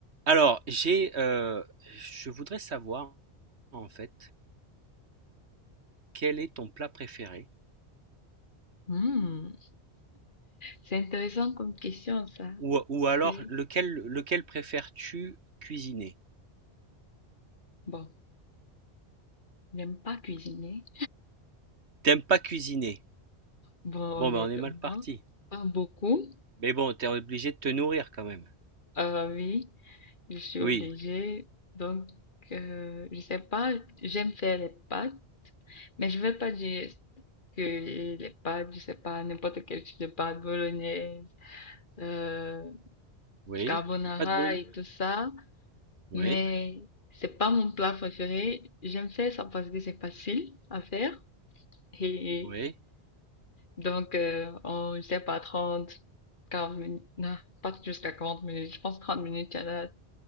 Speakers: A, on the right; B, on the left.
A: Alors, j'ai, heu, je voudrais savoir, en fait, quel est ton plat préféré?
B: Hmm, c'est intéressant comme question, ça.
A: Ou ou
B: C'est,
A: alors lequel lequel préfères-tu cuisiner?
B: bon, je n'aime pas cuisiner.
A: T'aimes pas cuisiner?
B: Bon,
A: Bon,
B: honnêtement,
A: ben, on est mal parti.
B: pas beaucoup.
A: Mais bon, t'es obligé de te nourrir quand même.
B: Euh, oui, je suis
A: Oui,
B: obligée. Donc, euh, je sais pas, j'aime faire les pâtes, mais je vais pas dire que les pâtes, je sais pas, n'importe quel type de pâtes, bolognaise, euh,
A: oui,
B: carbonara
A: et pas de bologn
B: et tout ça,
A: oui,
B: mais c'est pas mon plat préféré. J'aime faire ça parce que c'est facile à faire. Et
A: oui,
B: Donc, euh, en, je sais pas, 30 40 minutes, non, pas jusqu'à 40 minutes, je pense 30 minutes, il y en a